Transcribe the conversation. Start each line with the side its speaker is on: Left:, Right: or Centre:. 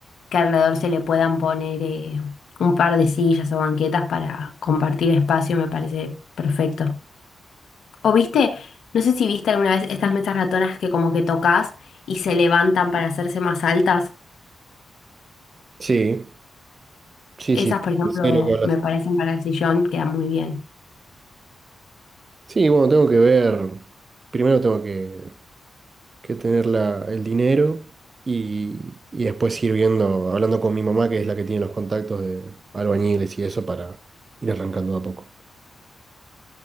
Left: que alrededor se le puedan poner eh, un par de sillas o banquetas para compartir espacio, me parece perfecto. O viste, no sé si viste alguna vez estas mesas ratonas que como que tocas y se levantan para hacerse más altas.
Right: Sí, sí,
Left: Esas,
Right: sí,
Left: por ejemplo,
Right: sí, sé lo que hablas.
Left: me parecen para el sillón, quedan muy bien.
Right: Sí, bueno, tengo que ver. Primero tengo que, que tener la- el dinero y, y después ir viendo, hablando con mi mamá, que es la que tiene los contactos de albañiles y eso, para ir arrancando de a poco.